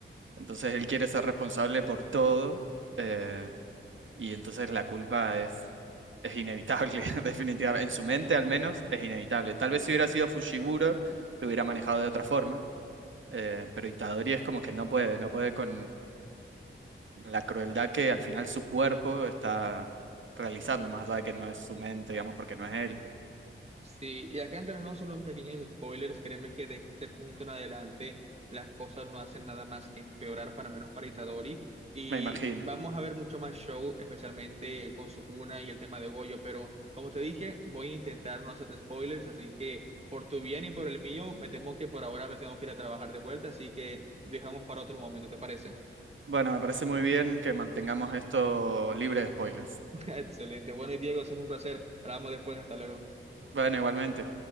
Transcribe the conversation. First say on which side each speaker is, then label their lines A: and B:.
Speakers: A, on the right; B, on the right.
A: Entonces él quiere ser responsable por todo eh, y entonces la culpa es, es inevitable, <laughs> definitivamente. En su mente al menos es inevitable. Tal vez si hubiera sido Fushiguro, lo hubiera manejado de otra forma, eh, pero Itadori es como que no puede, no puede con la crueldad que al final su cuerpo está realizando, más allá de que no es su mente, digamos, porque no es él.
B: Sí, y acá entre nosotros unos pequeños spoilers, créeme que de este punto en adelante las cosas no hacen nada más que empeorar para menos para Itadori y
A: Me imagino.
B: vamos a ver mucho más show, especialmente con Sukuna y el tema de Goyo, pero como te dije, voy a intentar no hacer spoilers, así que por tu bien y por el mío, me temo que por ahora me tengo que ir a trabajar de vuelta, así que dejamos para otro momento, ¿te parece?
A: Bueno, me parece muy bien que mantengamos esto libre de spoilers.
B: <laughs> Excelente, bueno y Diego, siempre un placer, hablamos después, hasta luego.
A: Bueno, igualmente.